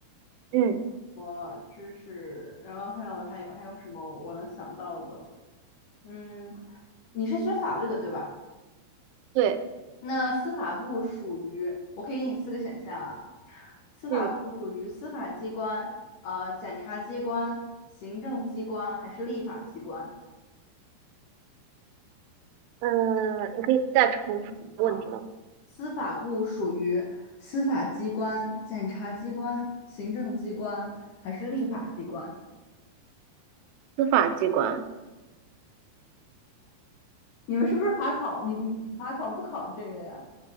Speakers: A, on the right; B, on the left.
A: 嗯，
B: 我知识，然后还有还有还有什么我能想到的？嗯，你是学法律的对吧？
A: 对，
B: 那司法部属于，我可以给你四个选项啊。司法部属于司法机关、
A: 嗯，
B: 呃检察机关、行政机关还是立法机关？
A: 嗯、呃你可以再重复问题了吗？
B: 嗯，好，司法部属于司法机关、检察机关、行政机关还是立法机关？
A: 司法机关，
B: 你们是不是法考？你你法考不考这个呀？